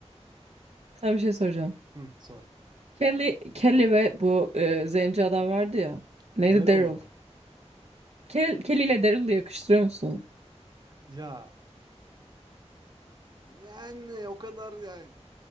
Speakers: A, on the right; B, on the right.
A: Sana bir şey soracağım.
B: Hı, sor.
A: Kelly, Kelly ve bu e, zenci adam vardı ya. Neydi?
B: Daryl
A: Daryl.
B: mı?
A: Kelly, Kelly ile Daryl'ı yakıştırıyor musun?
B: Ya Yani o kadar yani,